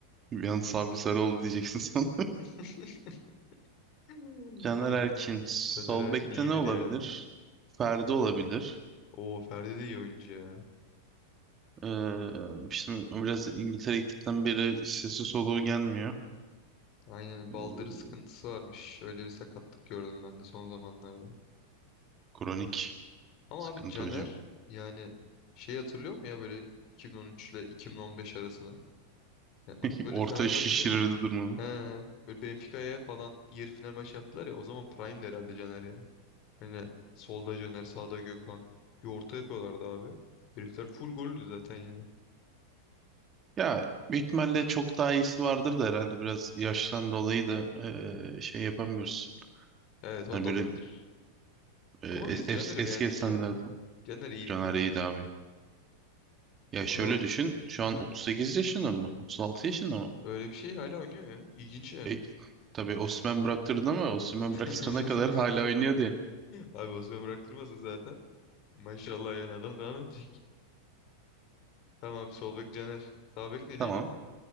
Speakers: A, on the right (about 25°); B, on the left (about 40°).
A: Yalnız Sabri Sarıoğlu diyeceksin sen.
B: <laughs> Hmm.
A: <laughs> Caner
B: Abi
A: Erkin. Sol
B: Caner Erkin
A: bekte
B: iyidir
A: ne olabilir?
B: ya.
A: Ferdi olabilir.
B: Oo Ferdi de iyi oyuncu ya.
A: Ee, işte biraz İngiltere gittikten beri sesi soluğu gelmiyor.
B: Aynen
A: Ee,
B: baldırı sıkıntısı varmış. Öyle bir sakatlık gördüm ben de son zamanlarda.
A: kronik
B: Ama
A: sıkıntı
B: abi Caner
A: hocam.
B: yani şey hatırlıyor mu ya böyle 2013 ile 2015 arasını? Ya,
A: <laughs>
B: böyle
A: Orta
B: Fenerbahçe
A: şişirirdi durmalı.
B: he, böyle Benfica'ya falan yarı final maçı yaptılar ya o zaman Prime'di herhalde Caner ya. Hani solda Caner sağda Gökhan. Bir orta yapıyorlardı abi. Herifler full gollü zaten yani.
A: Ya büyük ihtimalle çok daha iyisi vardır da herhalde biraz yaştan dolayı da ee, şey yapamıyoruz.
B: Evet o
A: Hani
B: da
A: böyle
B: olabilir.
A: ee,
B: Ama biz
A: es- es-
B: Caner'i
A: eski
B: beğendik
A: efsanelerde
B: ya.
A: falan.
B: Caner iyidir
A: Caner
B: ya.
A: iyiydi abi. Ya şöyle
B: O zaman
A: düşün şu an
B: heh,
A: 38 yaşında mı? 36 yaşında mı?
B: öyle bir şey hala oynuyor ya. İlginç yani.
A: E, tabii Osimhen bıraktırdı ama Osimhen
B: <laughs>
A: bıraktırana kadar hala oynuyordu yani.
B: Abi Osman bıraktırmasın zaten. Maşallah yani adam devam edecek. Tamam abi sol bek Caner. Sağ bek
A: <laughs>
B: ne diyelim?
A: Tamam.